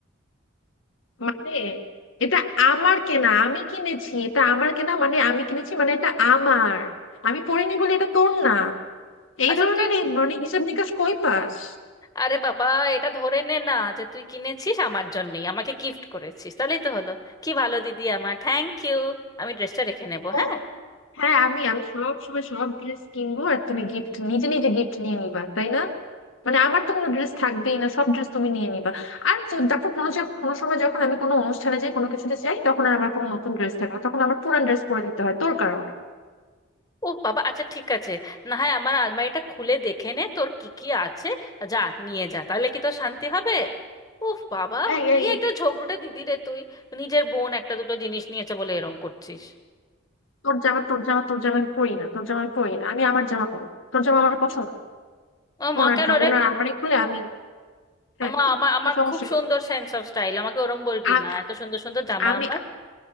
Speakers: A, on the left; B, on the left.
A: মানে এটা আমার কেনা আমি কিনেছি এটা আমার কেনা মানে আমি কিনেছি মানে এটা আমার আমি পরিনি বলে এটা তোর না এই
B: আচ্ছা
A: ধরনের
B: তুই
A: এই মানে হিসাব নিকাশ কই পাস
B: আরে বাবা এটা ধরে নে না যে তুই কিনেছিস আমার জন্যই আমাকে গিফট করেছিস তাহলেই তো হলো কি ভালো দিদি আমার থ্যাংক ইউ আমি ড্রেসটা রেখে নেবো
A: ও
B: হ্যাঁ
A: হ্যাঁ আমি আমি সব সময় সব ড্রেস কিনবো আর তুমি গিফট নিজে নিজে গিফট নিয়ে নিবা তাই না মানে আমার তো কোনো ড্রেস থাকবেই না সব ড্রেস তুমি নিয়ে নিবা আর য- তারপর কোনো যা- কোনো সময় যখন আমি কোনো অনুষ্ঠানে যাই কোনো কিছুতে যাই তখন আর আমার কোনো নতুন ড্রেস থাকে না তখন আমার পুরান ড্রেস পরে নিতে হয় তোর কারণে
B: ও বাবা আচ্ছা ঠিক আছে না হয় আমার আলমারিটা খুলে দেখে নে তোর কি কি আছে যা নিয়ে যা তাহলে কি তোর শান্তি হবে উফ বাবা
A: এই
B: কি
A: এই এই,
B: একটা ঝগড়ুটে দিদি রে তুই নিজের বোন একটা দুটো জিনিস নিয়েছে বলে এরম করছিস
A: তোর জামা তোর জামা তোর জামা আমি পরি না তোর জামা আমি পরি না আমি আমার জামা পরি তোর জামা আমার পছন্দ না
B: ও মা
A: ওনার
B: কেন
A: ড্র-
B: রে
A: ওনার আলমারি খুলে আমি হ্যাঁ
B: ও মা
A: কি
B: আমার আমার
A: কি সমস্যা
B: খুব
A: কি
B: সুন্দর সেন্স অফ স্টাইল আমাকে ওরম বলবি
A: আ-
B: না এত সুন্দর সুন্দর জামা
A: আমি
B: আমার